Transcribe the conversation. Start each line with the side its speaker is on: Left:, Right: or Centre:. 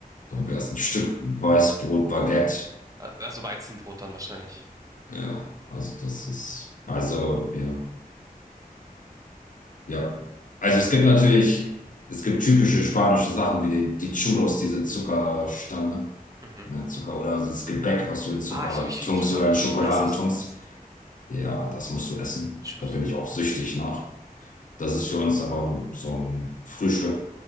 Left: Dann
Right: Okay.
Left: wäre es ein Stück Weißbrot, Baguette.
Right: A- Also Weizenbrot dann wahrscheinlich.
Left: Ja, also das ist, also ja, ja. Also es gibt natürlich, es gibt typische spanische Sachen wie die, die Chulos, diese Zuckerstange,
Right: Mhm.
Left: ne, Zucker oder dieses Gebäck, was du in Zucker
Right: Ah, ich glaube, ich,
Left: tunkst
Right: ich glaube,
Left: oder in
Right: ich
Left: Schokolade
Right: weiß, was
Left: tunkst.
Right: du meinst.
Left: Ja, das musst du essen.
Right: Chorizo,
Left: Da bin ich auch
Right: Moment.
Left: süchtig nach. Das ist für uns aber so ein Frühstück.